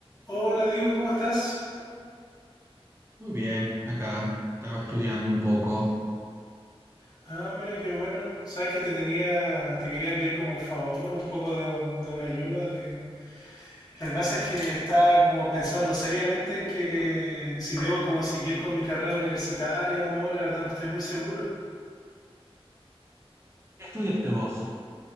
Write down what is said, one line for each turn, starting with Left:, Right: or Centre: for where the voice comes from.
Left: Hola, Diego, ¿cómo estás?
Right: Muy bien, acá estaba estudiando un poco.
Left: Ah, mira qué bueno. Sabes que te tenía, te quería pedir como un favor, un poco de, de una ayuda. De... Lo que pasa es que estaba como pensando seriamente en que si debo como seguir con mi carrera universitaria o no, la verdad no estoy muy seguro.
Right: ¿Qué estudiaste vos?